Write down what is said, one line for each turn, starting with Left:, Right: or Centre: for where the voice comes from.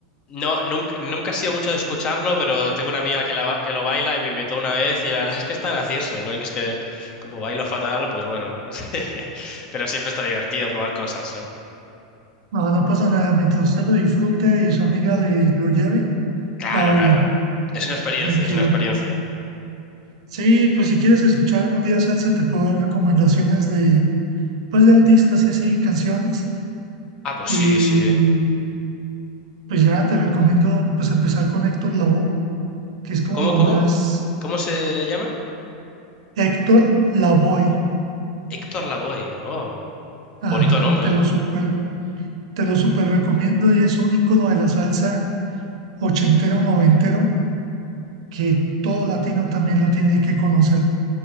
Left: No, nunca, nunca he sido mucho de escucharlo, pero tengo una amiga que, la ba- que lo baila y me invitó una vez y la <laughs> verdad es que está gracioso. Lo único es que como bailo fatal, pues bueno, <laughs> pero siempre está divertido probar cosas, ¿no?
Right: No, no pasa nada, mientras usted lo disfrute y su amiga le lo lleve,
Left: Claro,
Right: todo
Left: claro.
Right: bien.
Left: Es una experiencia,
Right: Tranquilo.
Left: es una experiencia.
Right: Sí, pues si quieres escuchar algún día salsa, te puedo dar recomendaciones de, pues, de artistas y así, canciones.
Left: Ah, pues
Right: Y
Left: sí, sí.
Right: pues ya te recomiendo pues empezar con Héctor Lavoe, que es como
Left: ¿Cómo,
Right: lo
Left: cómo?
Right: más...
Left: ¿Cómo se llama?
Right: Héctor Lavoe.
Left: Héctor Lavoe. Oh,
Right: Ajá,
Left: bonito nombre,
Right: te lo
Left: ¿eh?
Right: super, te lo super recomiendo y es un icono de la salsa ochentero, noventero, que todo latino también lo tiene que conocer.